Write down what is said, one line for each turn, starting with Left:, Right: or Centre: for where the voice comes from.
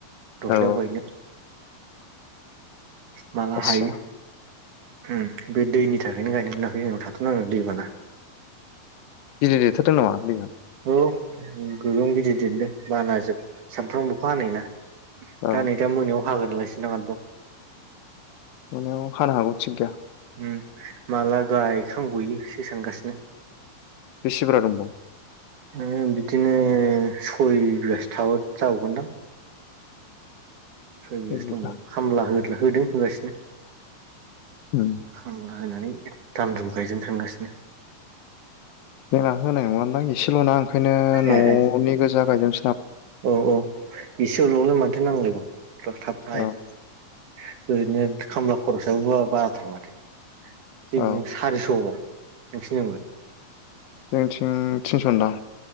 Right: दलहायाव
Left: औ
Right: गायनो। माला
Left: आस्सा
Right: हायो। होम बे दैनि थाखायनो गायनो मोनाखै जोंनाव थाथ'नांदों दैबाना।
Left: गिदिर देरथारदों नामा दैया?
Right: औ गोगोम गिदिर देरदों बान जों सानफ्रामबोखौ हानाय ना।
Left: औ
Right: दा नै दा मोनायाव हागोन नालायसै <unintelligible>
Left: मोनायाव हानो हागौ थिग गैया।
Right: उम माला गायखां गयोसो सानगासिनो।
Left: बेसि बुरजा दंबावो?
Right: ओ बिदिनो सय बिगासो था जाबावगोनदां। सय बिगासो
Left: एक बिघा
Right: दंबावो खामला हो होदों होगासिनो
Left: उम
Right: खामला होनानै दाम दुम गायजेन थांगासिनो।
Left: जोंना होनाय नङा दां इसेल'ना ओंखायनो
Right: ए ए
Left: न'नि गोजा गायदों।
Right: औ औ एसे लवालाय मानथो नांलायगौ थाब गायनो
Left: औ
Right: <unintelligible> ओरैनो खामला खरसाबो बाराथार माथो जोंनिथिं
Left: औ
Right: सारिस'बाव। नोंसिनिथिंलाइ?
Left: जोंनिथिं थिनस' दां।